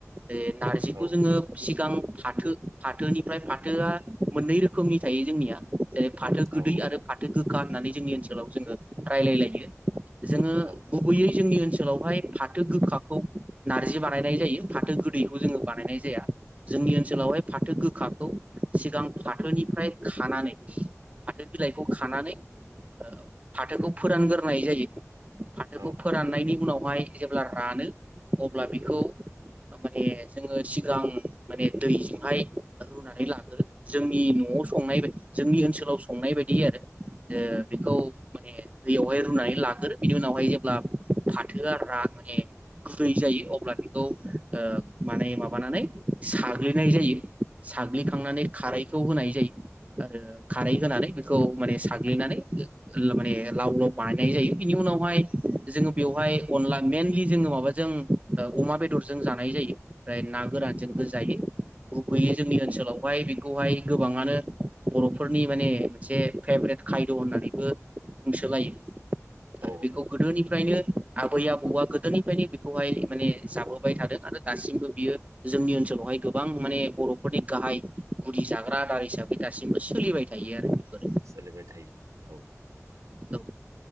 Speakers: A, on the right (about 25°); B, on the right (about 80°).
A: जे नारजिखौ
B: औ
A: जोङो सिगां फाथो फाथोनिफ्राय फाथोआ मोननै रोखोमनि थायो जोंनिया जेरै फाथो गोदै
B: औ
A: आरो फाथो गोखा होननानै जोंनि ओनसोलाव जोङो रायलायलायो जोङो
B: औ
A: गुबैयै जोंनि ओनसोल ओनसोलावहाय फाथो गोखाखौ नार्जि बानायनाय जायो फाथो गोदैखौ जोङो
B: औ
A: बानायनाय जाया जोंनि ओनोलावहाय फाथो गो खाखौ सिगां फाथोनिफ्राय खानानै <inaudible> फाथो बिलाइखौ खानानै ओ फाथोखौ फोरानग्रोनाय जायो। फाथोखौ
B: औ
A: फोराननायनि उनाव <unintelligible> अब्ला रानो अब्ला बेखौ माने जोङो सिगां माने दैजोंहाय रुनानै लाग्रो जोंनि नआव संनाय बायदि जोंनि ओनसोलाव संनाय बायदि आरो ओ बेखौ माने दैयावहाय रुनानै लाग्रो बिनि उनावहाय जेब्ला फाथोआ रा माने गुरै जायो अब्ला बेखौ माने माब ना नै नाय जायो। साग्लिखांनानै खारैखौ होनाय जै <unintelligible> आरो खारै होनानै बेखौ माने साग्लिनानै माने लाव लाव बानायनाय जायो बिनि उनाव हाय जोङो बेवहाय अनला मेनलि जोङो माबाजों ओ अमा बेदरजों जानाय जायो फ्राय ना गोरान जों होजायो गुबैयै जोंनि ओनसोलाव हाय बेखौहाय गोबाङानो बरफोरनि माने मोनसे फेभरेट खायद होननानैबो बुंसोलायो
B: औ
A: आरो बेखौ गोदोनिफ्रायनो आबै आबौआ गोदोनिफ्रायनो बेखौहाय माने जाबोबाय थादों आरो दासिमबो बियो जोंनि ओनसो हाय गोबां माने बरफोरनि गाहाय गुदि जाग्रा आदार हिसाबै दा सिमबो सोलिबाय थायो आरो बेफोरो
B: सोलिबाय थायो औ
A: औ